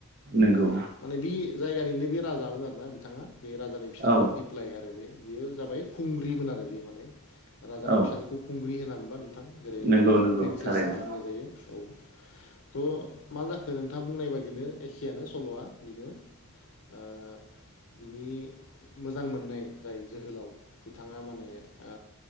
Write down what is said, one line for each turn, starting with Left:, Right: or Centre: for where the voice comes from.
Right: नंगौ
Left: दा माने बे जायगानिनो बे राजामोन आरोना बिथाङा बे राजानि फिसाजो
Right: औ
Left: दि प्लाय आरो बे बियो जाबाय खुंग्रिमोन आरो बेयो माने राजानि
Right: औ
Left: फिसाजोखौ खुंग्रि होना होमबा नोंथां थां जेरै इंराजियाव
Right: नंगौ नंगौ
Left: प्रिन्सेस
Right: थारैनो
Left: होनना बुंनाय जायो औ थ' मा जाखो नोंथाङा बुंनाय बादिनो एखेयानो सल'आ बिदिनो ओ बिनि मोजां मोननाय जाय जोहोलाव बिथाङा माने आ